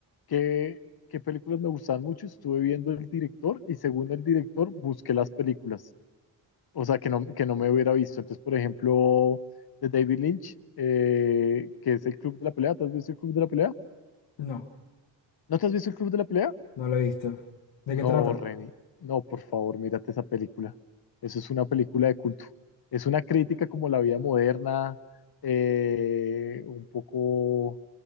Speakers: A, on the left; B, on the left.
A: qué, qué películas me gustaban mucho, estuve viendo el director y según el director busqué las películas, o sea, que no, que no me hubiera visto, entonces por ejemplo, de David Lynch, eh, que es el Club de la Pelea, ¿te has visto el Club de la Pelea?
B: No,
A: ¿No te has visto el Club de la Pelea?
B: no lo he visto. ¿De
A: No,
B: qué trata?
A: Reni. No, por favor, mírate esa película. Eso es una película de culto. Es una crítica como la vida moderna, eh, un poco,